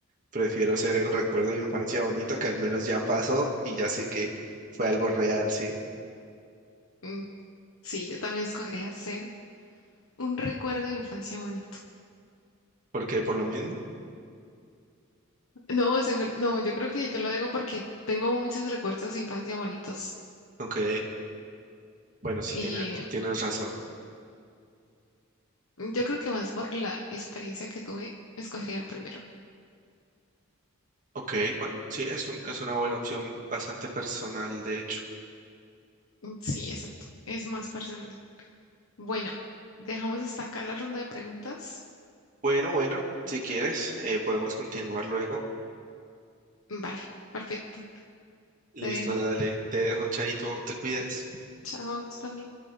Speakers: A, on the right; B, on the left.
A: prefiero ser el recuerdo de infancia bonito que al menos ya pasó y ya sé que fue algo real, ¿sí?
B: Mm, Sí, yo también escogería ser. Un recuerdo de infancia bonito.
A: Porque por lo mismo,
B: <laughs> No, seguro, no, yo creo que yo lo digo porque tengo muchos recuerdos de infancia bonitos.
A: ok. Bueno, sí
B: Y
A: tienes, tienes razón.
B: yo creo que más por la experiencia que tuve, escogería el primero.
A: Ok, bueno, sí, es un, es una buena opción bastante personal, de hecho.
B: Sí, exacto. Es más personal. Bueno, dejamos hasta acá la ronda de preguntas.
A: Bueno, bueno, si quieres, eh, podemos continuar luego.
B: Vale, perfecto.
A: Listo,
B: Te dejo.
A: dale, te dejo, Chaito, te cuidas.
B: Chao, tú también.